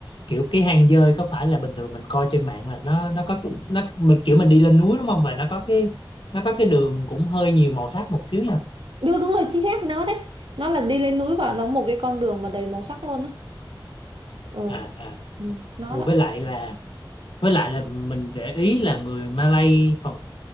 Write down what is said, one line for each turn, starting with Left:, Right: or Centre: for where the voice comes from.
Left: kiểu cái hang dơi có phải là bình thường mình coi trên mạng là nó nó có cái- nó mình kiểu mình đi lên núi đúng không và nó có cái nó có cái đường cũng hơi nhiều màu sắc một xíu nha
Right: Đúng, đúng rồi chính xác nó đấy nó là đi lên núi và nó một cái con đường mà đầy màu sắc luôn á ừ.
Left: à à
Right: ừ nó
Left: Ủa,
Right: đó
Left: với lại là với lại là mình để ý là người Malay phần